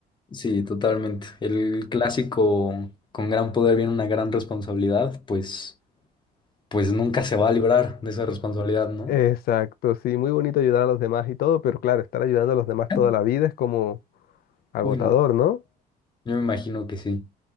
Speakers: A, on the left; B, on the left.
A: Sí, totalmente. El clásico con gran poder viene una gran responsabilidad, pues, pues nunca se va a librar de esa responsabilidad, ¿no?
B: Exacto, sí, muy bonito ayudar a los demás y todo, pero claro, estar ayudando a los demás
A: <laughs>
B: toda la vida es como agotador,
A: Uy, no.
B: ¿no?
A: Yo me imagino que sí.